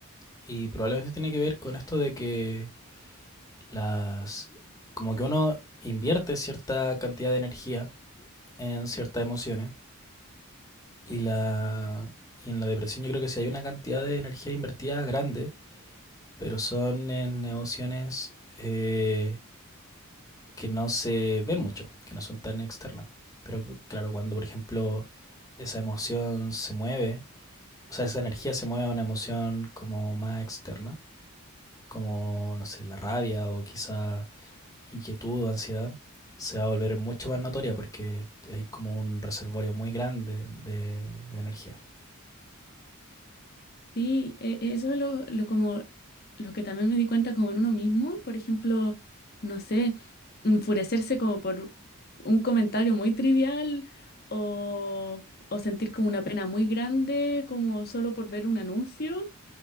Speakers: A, on the left; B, on the left.
A: Y probablemente tiene que ver con esto de que las... como que uno invierte cierta cantidad de energía en ciertas emociones y la... y en la depresión yo creo que sí hay una cantidad de energía invertida grande, pero son en emociones eh, que no se ven mucho, que no son tan externas. Pero claro, cuando por ejemplo esa emoción se mueve, o sea, esa energía se mueve a una emoción como más externa, como, no sé, la rabia o quizá inquietud o ansiedad se va a volver mucho más notoria porque hay como un reservorio muy grande de, de energía.
B: Sí, e- e- eso es lo, lo como, lo que también me di cuenta como en uno mismo, por ejemplo, no sé, enfurecerse como por un comentario muy trivial o, o sentir como una pena muy grande, como solo por ver un anuncio